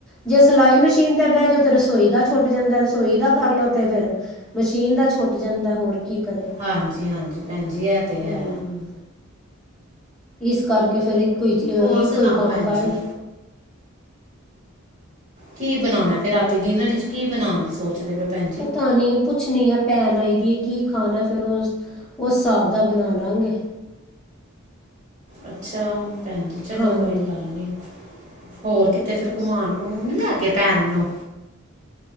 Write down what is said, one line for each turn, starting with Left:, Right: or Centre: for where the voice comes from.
Centre: ਜੇ ਸਲਾਈ ਮਸ਼ੀਨ ਤੇ ਬੇ ਜਾਓ ਤੇ ਰਸੋਈ ਦਾ ਛੁੱਟ ਜਾਂਦਾ ਰਸੋਈ ਦਾ ਕਰਲੋ ਤੇ ਫੇਰ ਮਸ਼ੀਨ ਦਾ ਛੋਟ ਜਾਂਦੈ, ਹੋਰ ਕੀ ਕਰੇ?
Right: ਹਾਂਜੀ ਹਾਂਜੀ ਭੈਣ ਜੀ ਇਹ ਤੇ
Centre: ਹੂੰ।
Right: ਹੈ
Centre: ਇਸ ਕਰਕੇ ਫੇਰ ਇੱਕੋ ਈ ਚ
Right: ਹੋਰ
Centre: ਇੱਕੋ
Right: ਸੁਣਾਓ
Centre: ਹੀ ਕੰਮ
Right: ਭੈਣ
Centre: ਕਰ
Right: ਜੀ ਕੀ ਬਣਾਣੈ, ਫੇਰ ਰਾਤੀ ਡਿਨਰ ਇਚ ਕੀ ਬਣਾਣ ਦੀ ਸੋਚ ਚਦੇ ਪੇ ਔ ਪੈਣ
Centre: ਪਤਾ ਨੀ ਪੁੱ ਪੁਛਣੀ ਆ ਭੈਣ ਆਈ ਦੀ ਏ ਕੀ ਖਾਣੈ, ਫੇਰ ਓਹ ਓਸ ਸਾਬ ਦਾ ਬਣਾ ਲਾੰਗੇ।
Right: ਅੱਛਾ, ਭੈਣ ਜੀ ਚਲੋ
Centre: ਹਾਂਜੀ
Right: ਕੋਈ ਗੱਲ ਨੀ। ਹੋਰ ਕਿਤੇ ਫਿਰ ਘੁਮਾਨ-ਘੁਮੂਣ ਨੀ ਲੈ ਗੇ ਭੈਣ ਨੂੰ?